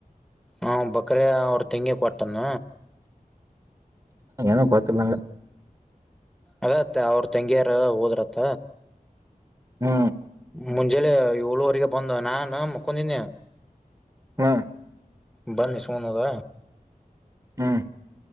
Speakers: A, in the centre; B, on the right.
A: ಹಾ ಬಕ್ರ ಅವ್ರ ತೆಂಗಿ ಕೊಟ್ಟನ
B: ಏನ ಗೊತ್ತಿಲ್ಲ ನಂಗ
A: ಅದತ್ತ ಅವ್ರ ತಂಗಿಯಾರ ಹೋದ್ರತ್ತ
B: ಹ್ಮ
A: ಮುಂಜೆಲೆ ಏಳುವರೆಗೆ ಬಂದು ನಾನ ಮುಕೊಂಡಿದ್ದಿನಿ
B: ಹು
A: ಬಂದ್ ಇಸಕೊಂಡ ಹೋದ
B: ಹಾ